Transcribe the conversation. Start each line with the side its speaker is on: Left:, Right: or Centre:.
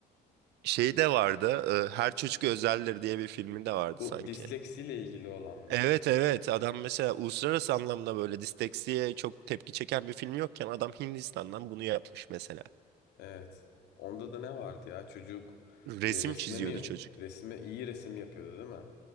Right: Şey de vardı. e, Her Çocuk Özeldir diye bir filmi de vardı
Left: Bu
Right: sanki.
Left: disleksiyle ilgili olan mı?
Right: Evet evet adam mesela uluslararası anlamda böyle disteksiye çok tepki çeken bir film yokken adam Hindistan'dan bunu yapmış mesela.
Left: Evet. Onda da ne vardı ya? Çocuk
Right: Resim
Left: e, resme
Right: çiziyordu
Left: mi?
Right: çocuk.
Left: Resme iyi resim yapıyordu değil mi?